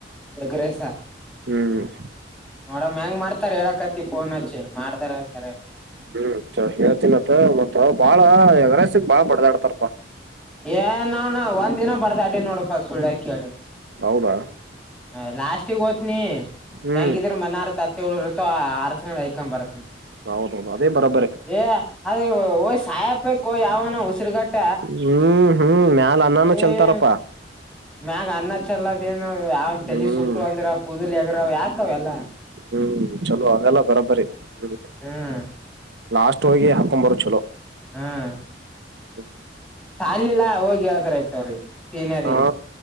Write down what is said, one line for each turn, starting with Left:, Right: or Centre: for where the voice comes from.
Centre: Egg rice.
Right: ಹ್ಮ್.
Centre: ನೋಡಮ್ಮ ಹೆಂಗ್ ಮಾಡ್ತಾರ ಹೇಳಕತಿ ಫೋನ್ ಹಚ್ಚಿ ಮಾಡ್ದಾರ ಹೇಳತಾರೆ.
Right: ಹ್ಮ್ ಚ ಹೇಳ್ತಿನತ ಮತ್ ಬಾಳ ಎಗ್ ರೈಸ್ ಗೆ ಬಾಳ್ ಬಡದಾಡತರಪ್ಪ.
Centre: ಏ ನೌನ ಒಂದ ದಿನ ಬಡದಾಡಿನಿ ನೋಡಪಾ ಸುಳ್ಳ ಯಾಕ ಕೇಳಿ.
Right: ಹೌದಾ.
Centre: ಏ ಲಾಸ್ಟಗ್ ಹೋಗ್ತೀನಿ
Right: ಹ್ಮ್
Centre: ಹೆಂಗಿದ್ರ ಮನಾರ್ ತತಿ ಉಳಿದು ಇರ್ತ ಹರಸಿಕೊಂಡು. ಇನ್ನೊಂದು ಆಯ್ಕೊಂಡು ಬರ್ತನ
Right: ಹೌದೌದು ಅದೇ ಬರೋಬರಿ
Centre: ಏ. ಅದು ಇವು ಹೋಗಿ ಸಾಯಪಕಿ ಯಾವನ ಉಸಿರುಗಟ್ಟ.
Right: ಹ್ಮ್ ಹ್ಮ್ ಮ್ಯಾಲ ಅನ್ನಾನ ಚಲ್ತಾರಪ್ಪಾ.
Centre: ಏ ಮ್ಯಾಗ ಅನ್ನ ಚಲದ ಏನು ಯಾವ ತೇಲಿ
Right: ಹ್ಮ್
Centre: ಸುಟ್ಟುವ ಅಂದ್ರ ಕೂದಲ್ ಎಗರಾವ್ ಯಾಕ ಅವೆಲ್ಲ.
Right: ಹ್ಮ್ ಚಲೋ ಅವೆಲ್ಲ ಬರಾಬರಿ ಹ್ಮ್.
Centre: ಹ್ಮ್
Right: ಲಾಸ್ಟ್ ಹೋಗಿ ಹಾಕೊಂಡು ಬರೋದು ಚಲೋ.
Centre: ಹ್ಮ್ಮ್.
Right: <unintelligible>
Centre: ಸಾಲಿಲ್ಲಾ ಹೋಗಿ ಹೆಳ್ದ್ರೆ ಆಯ್ತವ್ರಿಗೆ ಸೀನಿಯರಿಗೆ
Right: ಹ